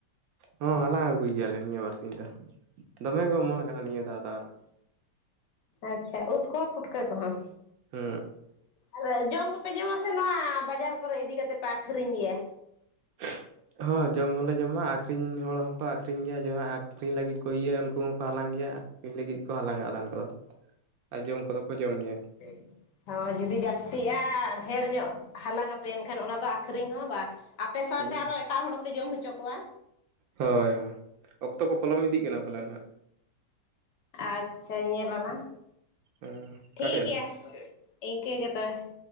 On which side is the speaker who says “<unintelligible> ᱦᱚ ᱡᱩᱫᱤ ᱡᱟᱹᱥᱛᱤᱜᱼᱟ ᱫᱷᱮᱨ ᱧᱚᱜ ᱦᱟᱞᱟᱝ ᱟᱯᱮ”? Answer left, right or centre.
Left